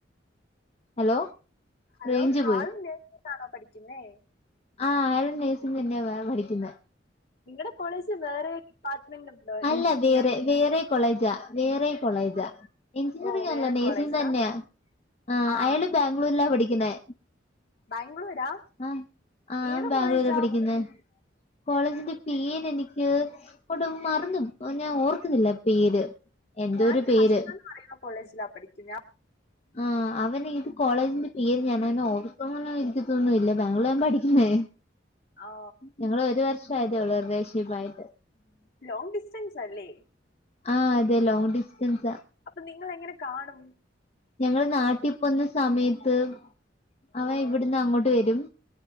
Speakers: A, on the left (about 35°); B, on the left (about 60°).
A: ഹലോ
B: ഹലോ
A: റേഞ്ച് പോയി
B: ആളും നേഴ്സിങ്ങിനാണോ പഠിക്കുന്നേ?
A: ആഹ് അവരും നഴ്സിംഗന്നിയ വ പഠിക്കുന്നേ
B: നിങ്ങടെ കോളേജിൽ വേറെ ഡിപ്പാർട്ട്മെന്റ് ഉണ്ടോ
A: അല്ല
B: എഞ്ചിനീയറിംഗ്
A: വേറെ വേറെ കോളേജാ വേറെ കോളേജാ എഞ്ചിനീറിംഗ
B: ഓ വേറെ
A: ആല്ല നേഴ്സിംഗ
B: കോളേജാ
A: തന്നെയാ ആഹ്
B: ആ
A: അയാള് ബാംഗ്ലൂരിലാ പഠിക്കുന്നേ
B: ബാംഗ്ലൂരാ
A: ആഹ്
B: ഏത്
A: അവന് ബാംഗ്ലൂരാ
B: കോളേജാ
A: പഠിക്കുന്നെ കോളേജിന്റെ പേരെനിക്ക് ഒട്ടും മറന്നു ഇപ്പോ ഞാൻ ഓർക്കുന്നില്ല. പേര് എന്തോരു
B: ഞാൻ
A: പേര്
B: ഹർഷ എന്ന് പറയുന്ന കോളേജിലാ പഠിക്കുന്നെ
A: ആഹ് അവന ഏത് കോളേജിന്റെ പേര് ഞാൻ അവെ ഓർത്തോ <unintelligible> ഒന്നുല ബാംഗ്ലൂരാ പഠിക്കുന്നെ
B: ആ
A: ഞങ്ങള് ഒരു വർഷ ക്ഷ അത ഉള്ള റിലേഷൻഷിപ്പായിട്ടെ
B: ലോങ് ഡിസ്റ്റൻസ്സല്ലേ
A: ആഹ് അതെ ലോങ്ങ് ഡിസ്റ്റൻസാ
B: അപ്പൊ നിങ്ങളെങ്ങനെ കാണും
A: ഞങ്ങള് നാട്ടി പോവുന്ന സമയത്ത് അവൻ ഇവിടുന്നങ്ങോട്ട് വെരും